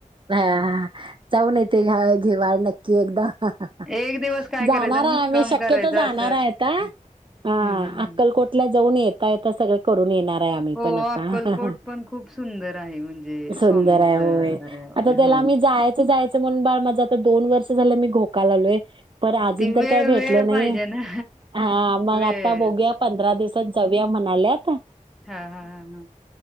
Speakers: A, on the right; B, in the centre.
A: हा हा जाऊन येते घ्या-घेवा नक्की एकदा हं.. ह.. ह....
B: एक दिवस काय
A: जाणार
B: करायचं
A: आहे
B: मुक्काम
A: आम्ही शक्यतो
B: करायचा
A: जाणार
B: असं.
A: आहे आता... हा
B: हं, हं, हं.
A: अक्कलकोटला जाऊन येता येता सगळं करून येणार... आम्ही
B: हो,
A: पण आता
B: अक्कलकोट
A: ह.. ह..
B: पण खूप सुंदर आहे म्हणजे
A: ह सुंदर
B: स्वामींचं
A: आहे होय... आता
B: अ,
A: त्याला
B: हो.
A: मी जायचं जायचं म्हणून बा माझं आता दोन वर्ष झालं मी घोकायला लागलोय. पण अजून
B: ती वेळ
A: तर काही भेटले
B: वेळ
A: नाही
B: पाहिजे ना.
A: हा मग
B: वेळ
A: आता बघूया पंधरा दिवसात जाऊया.... म्हणाले आता...
B: हा हा ह ह